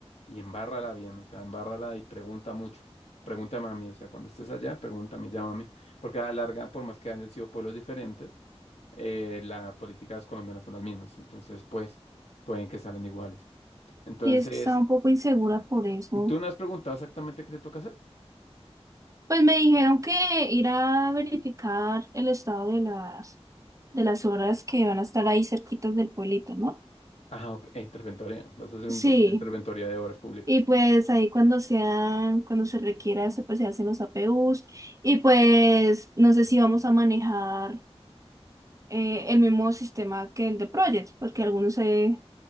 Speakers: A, on the left; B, on the right.
A: y embárrala bien, o sea, embárrala y pregunta mucho. Pregunta mami, o sea, cuando estés allá, pregúntame, llámame, porque a la larga, por más que hayan sido pueblos diferentes, eh, las políticas colombianas son las mismas, entonces pues pueden que salgan iguales. Entonces,
B: Y es que estaba un poco insegura por eso.
A: ¿tú no has preguntado exactamente qué te toca hacer?
B: Pues me dijeron que ir a verificar el estado de las, de las obras que van a estar ahí cerquitas del pueblito, ¿no?
A: Ah, ok, eh, interventoría, vas a hacer
B: Sí.
A: un poquito de interventoría de obras públicas.
B: Y pues ahí cuando sean, cuando se requiera, se, pues, se hacen los APUs. Y pues no sé si vamos a manejar eh, el mismo sistema que el de Project, porque algunos se